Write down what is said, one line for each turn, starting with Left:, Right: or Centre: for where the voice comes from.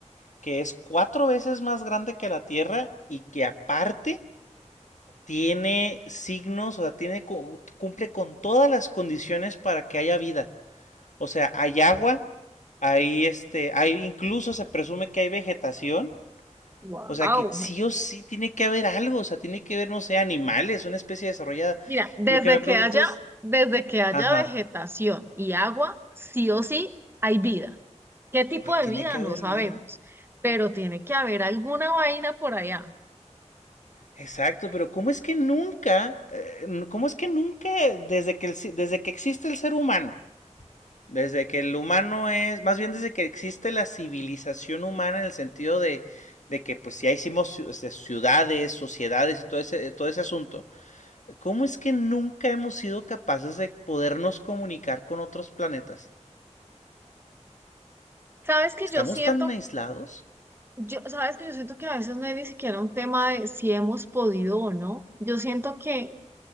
Left: que es cuatro veces más grande que la Tierra y que aparte tiene signos, o sea, tiene, cu- cumple con todas las condiciones para que haya vida. O sea, hay agua, hay este, hay, incluso se presume que hay vegetación
Right: Wow.
Left: o sea que sí o sí tiene que haber algo, o sea, tiene que haber, no sé, animales, una especie desarrollada.
Right: Mira, desde
Left: Lo que me pregunto
Right: que haya,
Left: es,
Right: desde que haya
Left: ajá,
Right: vegetación y agua, sí o sí hay vida. ¿Qué tipo
Left: o sea, tiene
Right: de vida?
Left: que haber
Right: No sabemos,
Left: vida.
Right: pero tiene que haber alguna vaina por allá.
Left: Exacto, pero ¿cómo es que nunca, eh, n- cómo es que nunca, desde que, el ci- desde que existe el ser humano, desde que el humano es, más bien desde que existe la civilización humana en el sentido de, de que pues ya hicimos ciu- este, ciudades, sociedades y todo ese, todo ese asunto, ¿cómo es que nunca hemos sido capaces de podernos comunicar con otros planetas?
Right: ¿Sabes que
Left: ¿Estamos
Right: yo siento,
Left: tan aislados?
Right: yo, sabes que yo siento que a veces no es ni siquiera un tema de si hemos podido o no. Yo siento que